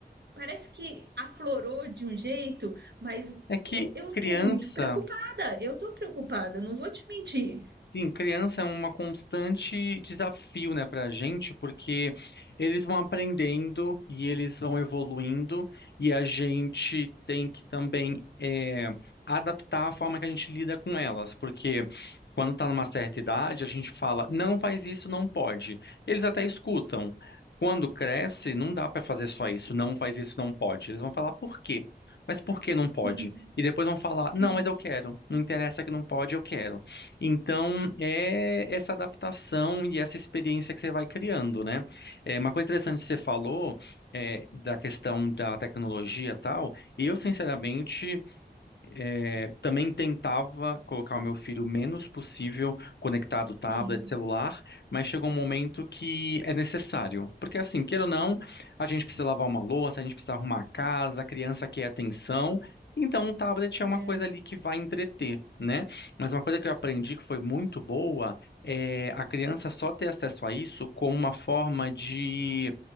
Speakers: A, on the right (about 70°); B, on the left (about 75°).
A: parece que aflorou de um jeito, mas
B: É que
A: eu, eu
B: criança.
A: tô muito preocupada, eu tô preocupada, não vou te mentir.
B: Sim, criança é uma constante desafio, né, pra gente, porque eles vão aprendendo e eles vão evoluindo, e a gente tem que também é, adaptar a forma que a gente lida com elas, porque quando tá numa certa idade, a gente fala, não faz isso, não pode. Eles até escutam. Quando cresce, não dá pra fazer só isso, não faz isso, não pode. Eles vão falar por quê? Mas por que não pode?
A: Sim,
B: E depois vão falar, não,
A: sim,
B: mas eu quero. Não interessa que não pode, eu quero. Então, é essa adaptação e essa experiência que você vai criando, né? É, uma coisa interessante que você falou é, da questão da tecnologia e tal, eu, sinceramente é, também tentava colocar o meu filho o menos possível conectado tablet,
A: sim,
B: celular, mas chegou um momento que é necessário. Porque assim, queira ou não, a gente precisa lavar uma louça, a gente precisa arrumar a casa, a criança quer atenção. Então, um tablet é uma
A: é,
B: coisa ali que vai entreter, né? Mas uma coisa que eu aprendi que foi muito boa é a criança só ter acesso a isso como uma forma de